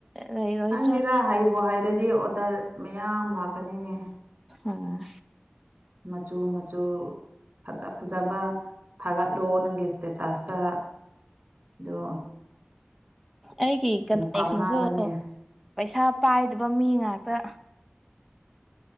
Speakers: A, in the centre; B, on the right (about 35°).
A: ꯂꯩꯔꯣꯏꯗ꯭ꯔꯥ
B: ꯅꯪꯗꯦꯗ
A: ꯁꯤ
B: ꯍꯩꯕꯣ ꯍꯥꯏꯔꯗꯤ ꯑꯣꯗꯔ ꯃꯌꯥꯝ ꯂꯥꯛꯀꯅꯤꯅꯦ
A: ꯑꯣꯝ
B: ꯃꯆꯨ ꯃꯆꯨ ꯐꯖ ꯐꯖꯕ ꯊꯥꯒꯠꯂꯣ ꯅꯪꯒꯤ ꯏꯁꯇꯦꯇꯁꯇ ꯣ
A: ꯑꯩꯒꯤ ꯀꯟꯇꯦꯛꯁꯤꯡꯁꯨ
B: ꯄꯥꯝꯅꯕꯅꯦ
A: ꯄꯩꯁꯥ ꯄꯥꯏꯗꯕ ꯃꯤ ꯉꯥꯛꯇ